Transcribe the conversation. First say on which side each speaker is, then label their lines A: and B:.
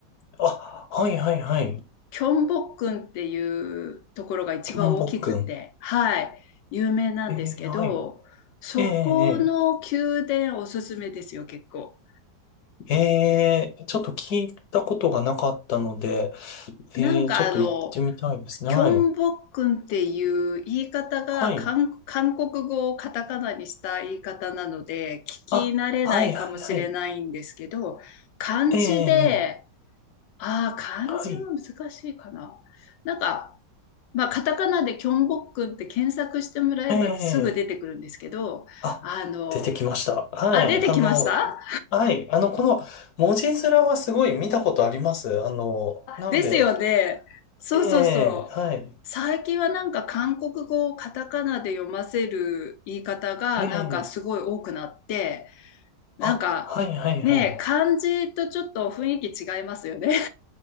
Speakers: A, on the left; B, on the left.
A: あ、はいはいはい。
B: キョンボックンっていうところが一番大きくて、
A: キョンボックン。
B: はい、有名なんですけど、
A: えー、はい。
B: そこの宮殿おすすめですよ、
A: えー、え
B: 結構。
A: ー、えーちょっと聞いたことがなかったので、
B: なんかあの、
A: えー、ちょっと行ってみたいですね。
B: キョンボックンっていう言い方が韓、
A: はい。はい。
B: 韓国語をカタカナにした言い方なので、聞き慣れないかもしれないんですけど、
A: あ、はいはいはい。
B: 漢字で、
A: えー、え
B: ああ、漢字も難しいかな。
A: ーはい。
B: なんか、まあ、カタカナでキョンボックンって検索してもらえばすぐ出てくるんですけど、
A: えー、えあ、
B: あの、
A: 出てきました。はい。
B: あ、出てきました
A: あの、はい。あの、この文字面はすごい見たことあります。あの、なので、
B: ですよね。そうそうそう。
A: えー、はい。
B: 最近はなんか韓国語をカタカナで読ませる言い方がなんかすごい多くなって、
A: えー、
B: なんかね、
A: あ、はいはいはい。
B: 漢字とちょっと雰囲気違いますよね。